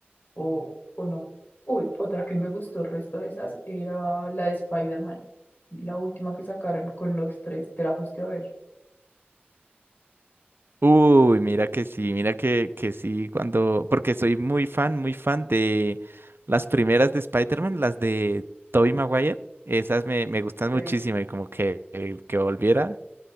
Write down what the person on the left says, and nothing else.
o, o no. Uy, otra que me gustó, el resto de esas, era la de Spider-Man, la última que sacaron con los tres, ¿te la fuiste a ver?
Ok.